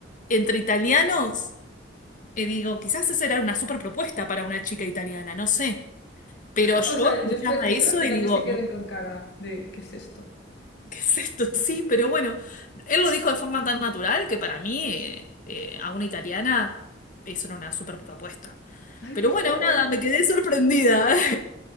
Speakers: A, on the left; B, on the left.
A: entre italianos, eh, digo, quizás esa era una super propuesta para una chica italiana, no sé. Pero yo
B: O sea,
A: escuchaba
B: yo, espe- yo
A: eso
B: espero que
A: y
B: también
A: digo,
B: se queden
A: no
B: con cara de ¿qué es esto?
A: <laughs> ¿Qué es esto? Sí, pero bueno, él lo dijo de forma tan natural que para mí, eh, eh, a una italiana, eso era una super propuesta.
B: Ay,
A: Pero
B: por
A: bueno,
B: favor.
A: nada, me quedé sorprendida.